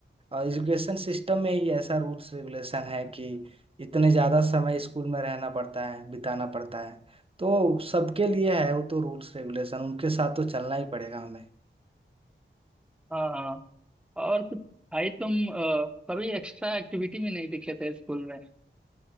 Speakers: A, on the right; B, in the centre.
A: एजुकेशन सिस्टम में ही ऐसा रूल्स रेगुलेशन है कि इतने ज़्यादा समय स्कूल में रहना पड़ता है बिताना पड़ता है तो सबके लिए है वो तो रूल्स रेगुलेशन उनके साथ तो चलना ही पड़ेगा हमें
B: हाँ हाँ और फिर भाई तुम अ, कभी एक्स्ट्रा एक्टिविटी में नहीं दिखे थे स्कूल में